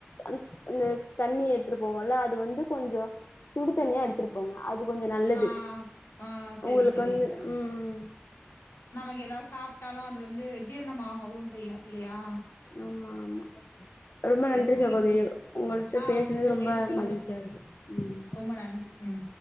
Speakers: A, on the left; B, on the left.
A: அந் அந்த தண்ணி எடுத்திட்டு போவோல அது வந்து கொஞ்சோ சுடு தண்ணியா எடுத்திட்டு போங்க அது கொஞ்சோ நல்லது
B: ஆ ஆ சரி
A: உங்களுக்கு
B: சரி.
A: வந்து உம்
B: நமக்கு ஏதாது சாப்ட்டாலூ அது வந்து ஜீரணமாகவூ செய்யூ இல்லியா
A: ஆமா ஆமா ரொம்ப நன்றி
B: உங்ககிட்ட
A: சகோதரி உங்கள்ட்ட
B: ஆ
A: பேசுனது
B: உங்ககிட்ட
A: ரொம்ப
B: பேசுனதுல
A: மகிழ்ச்சியா இருக்கு உம்
B: ரொம்ப நன்றி. ம்.